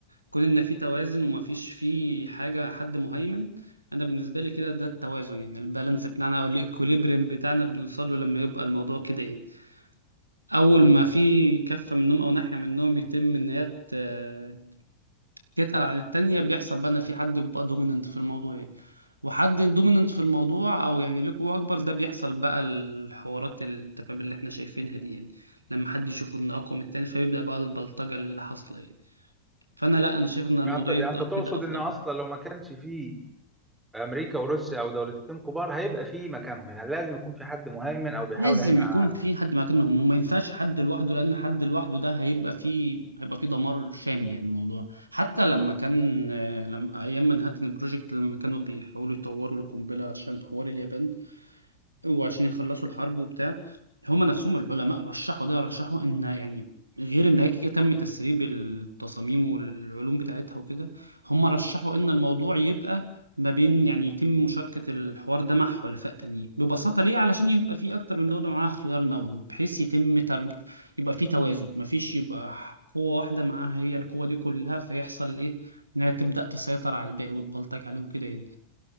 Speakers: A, on the right (about 85°); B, in the centre.
A: كون إن في توازن ومفيش في حاجة حد مهيمن أنا بالنسبة لي كده ده التوازن يعني البالانس بتاعنا أو الإكوليبريم بتاعنا بنوصل له لما يبقى الموضوع كده يعني اول ما في كفه منهم او ناحيه منهم يتم ان هي ت- تتقل عن التانية بيحصل بقى ان في حد بيبقى دوميننت في الموضوع يعني وحد دوميننت في الموضوع او يعني ليه قوه اكبر ده بيحصل بقى الحوارات التفاهم اللي احنا شايفينها دي يعني لما حد يشوف ان اقوى من التاني فبيبدا بقى البلطجه اللي حاصله يعني فانا لا انا شايف ان الموضوع
B: يعني انت يعني
A: يفضل
B: انت تقصد
A: كده افضل
B: ان اصلا
A: يعني
B: لو ما كانش فيه امريكا وروسيا او دولتين كبار هيبقى فيه مكانهم يعني لازم يكون في حد مهيمن او بيحاول
A: لازم
B: يهيمن
A: يكون
B: على العالم
A: في حد مكانهم وما ينفعش حد لوحده لان حد لوحده ده هيبقى فيه هيبقى فيه دمار شامل يعني الموضوع حتى لما كان آه، لما ايام منهاتن البروجكت لما كانوا بيحاولوا يطوروا القنبله عشان حوار اليابان وعشان يخلصوا الحرب وبتاع هما نفسهم العلماء رشحوا ده رشحوا ان يعني غير ان هيك تم تسريب التصاميم والعلوم بتاعتها وكده هما رشحوا ان الموضوع يبقى ما بين يعني يتم مشاركة الحوار ده مع حلفاء تانيين ببساطة ليه؟ علشان يبقى في أكتر من دولة معاها خيار نووي بحيث يتم ترج... يبقى في توازن مفيش يبقى قوة واحدة معاها هي القوة دي كلها فيحصل إيه؟ إنها تبدأ تسيطر على الباقي وتبلطج عليه وكده يعني